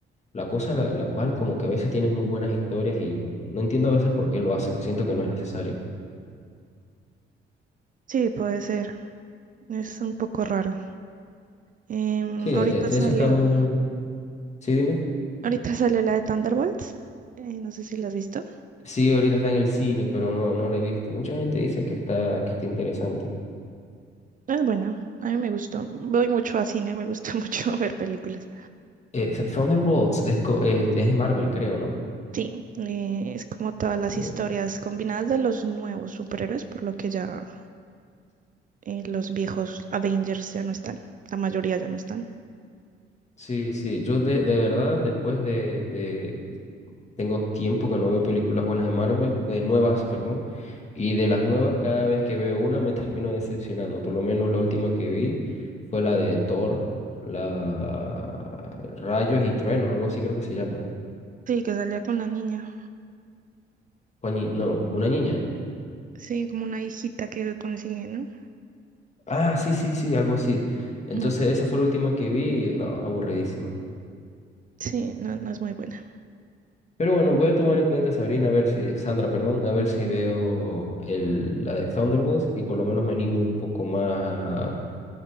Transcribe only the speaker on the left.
La cosa la, la cual como que a veces tienes muy buenas historias y no entiendo a veces por qué lo hacen, siento que no es necesario.
Sí, eh,
eh, de
eso está muy... Sí, dime.
Sí, ahorita está en el cine, pero no, no la he visto. Mucha gente dice que está, que está interesante.
Eh, Th- Thunderbolts es, co- es- es de Marvel, creo, ¿no?
Eh,
sí, sí, yo de, de verdad después de, Tengo tiempo que no veo películas buenas de Marvel, de nuevas, perdón. Y de las nuevas, cada vez que veo una me <laughs> termino decepcionando. Por lo menos la última que vi fue la de Thor, la Rayos y Truenos, algo así creo que se llama.
O ñi- No, una niña.
Ah, sí, sí, sí, algo así. Entonces
esa fue la última que vi y no, aburridísima.
Pero bueno, voy a tomar en cuenta Sabrina, a ver si, Sandra, perdón, a ver si veo el, la de Thunderbolts y por lo menos me animo un poco más